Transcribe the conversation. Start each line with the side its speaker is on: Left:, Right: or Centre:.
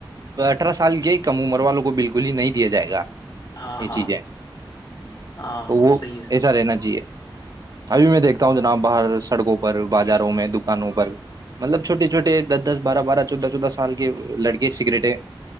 Right: اٹھارہ سال کے کم عمر والوں کو بالکل ہی نہیں دیا جائے گا
Left: ہاں
Right: یہ
Left: ہاں
Right: چیزیں
Left: ہاں
Right: تو
Left: ہاں
Right: وہ
Left: صحیح ہے
Right: ایسا رہنا چاہیے ابھی میں دیکھتا ہوں جناب باہر سڑکوں پر بازاروں میں دکانوں پر مطلب چھوٹے چھوٹے دس دس بارہ بارہ چودہ چودہ سال کے لڑکے سگریٹ ہیں